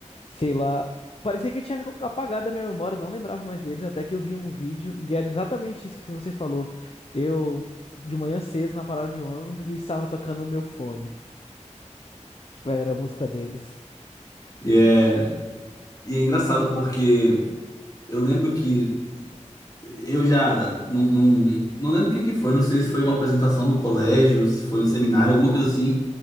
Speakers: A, on the left; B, on the left.
A: sei lá. Parecia que tinha apagado a minha memória, não lembrava mais deles, até que eu vi um vídeo, e era exatamente isso que você falou. Eu, de manhã cedo, na parada de ônibus, e estava tocando o meu fone. Era a música deles.
B: E é, e é engraçado porque eu lembro que Eu já não, não, não lembro o que que foi, não sei se foi uma apresentação do colégio, se foi um seminário, alguma coisa assim,